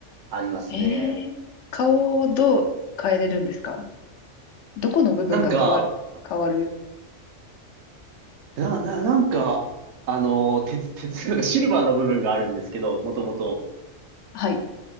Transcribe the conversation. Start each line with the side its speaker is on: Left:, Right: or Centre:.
Right: ありますね。
Left: ええ顔をどう変えれるんですかどこの部分が変わる、
Right: なんか、
Left: 変わる。
Right: な、な、なんか、あの、鉄、鉄、なんかシルバーの部分があるんですけど、もともと。
Left: はい。